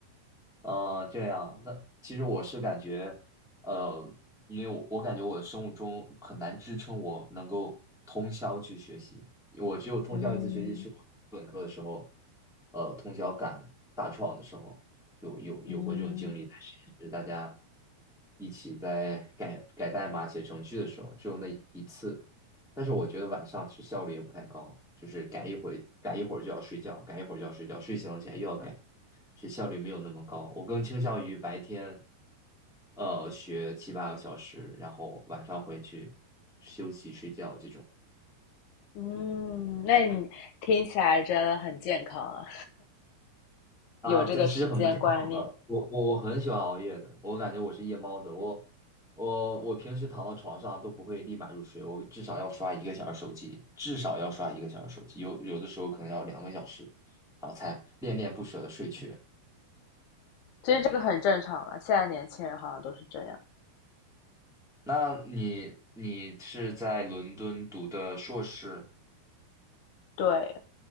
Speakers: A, in the centre; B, on the left.
A: 呃，这样，那其实我是感觉，呃，因为我我感觉我的生物钟很难支撑我能够通宵去学习，我只有通宵一次学习是我本科的时候，
B: 嗯
A: 呃，通宵赶大创的时候，有有有过这种经历，
B: 嗯
A: 但是就是大家一起在改改代码、写程序的时候，只有那一次，但是我觉得晚上其实效率也不太高，就是改一会改一会儿就要睡觉，改一会儿就要睡觉，睡醒了起来又要改。是效率没有那么高。我更倾向于白天，呃，学七八个小时，然后晚上回去休息睡觉这种
B: 嗯，那你听起来真的很健康啊，<laughs>
A: 啊，
B: 有这个时间观念，
A: 这其实很不健康的。我我我很喜欢熬夜的，我感觉我是夜猫子。我我我平时躺到床上都不会立马入睡，我至少要刷一个小时手机，至少要刷一个小时手机，有有的时候可能要两个小时，然后才恋恋不舍的睡去。
B: 其实这个很正常了，现在年轻人好像都是这样。
A: 那你你是在伦敦读的硕士？
B: 对，